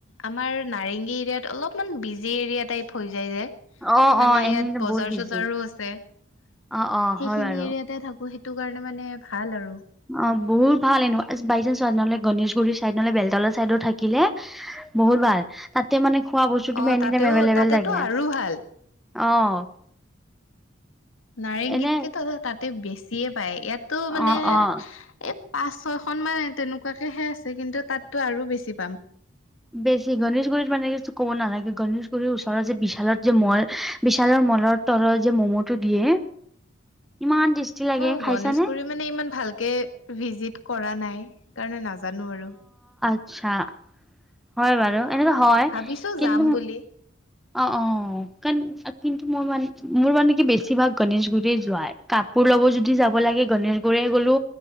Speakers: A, on the left; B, in the centre.
A: আমাৰ নাৰেঙংগী এৰিয়াত অলপমান বিজি এৰিয়া টাইপ। হৈ যায় যে।
B: অ
A: মানে
B: অ এনে
A: ইয়াত বজাৰ
B: বহুত বিজি।
A: চজাৰো আছে সেইখিনি
B: অ অ হয় বাৰু
A: এৰিয়াতে থাকো। সেইটো কাৰণে মানে ভাল আৰু।
B: অ, বহুত ভাল এনে বাই চান্স চ নহলে গণেশগুৰিৰ চাইদ নহলে বেলতলৰ ছাইডো থাকিলে, বহুত ভাল তাতে মানে খোৱা বস্তু
A: অ
B: তুমি এনিটাইম
A: তাতেও
B: এভেইলেবেল
A: তাতেতো
B: থাকে।
A: আৰু ভাল
B: অ',
A: নাৰেংগীতকেতো
B: এনে
A: তাতে বেছিয়ে পায়। ইয়াতো মানে
B: অ অ
A: এই পাঁচ ছয়খন মান তেনেকুৱাকেহে আছে কিন্তু তাতটো আৰু বেছি পাম।
B: বেছি গণেশগুৰিত মানে কি ক'ব নালাগে, গণেশগুৰিৰ ওচৰত যে বিশালত যে মল বিশালৰ মলত তলৰ যে ম'ম' টো দিয়ে,
A: উ', <unintelligible>
B: ইমান টেষ্টি লাগে
A: মই
B: খাইছানে?
A: গণেশগুৰি মানে ইমান ভালকে ভিজিট কৰা নাই, সেইকাৰণে নাজানোঁ আৰু।
B: চা, হয় বাৰু এনেকোঁৱা হয়
A: ভাবিছো
B: কিন্তু'
A: যাম বুলি
B: অ', অ', কি কিন্তু মোৰ মান মোৰ মানে কি বেছিভাগ গণেশগুৰি যোৱাৰ, কাপোৰ লব যদি যাব লাগে গণেশগুৰিয়ে গ'লো।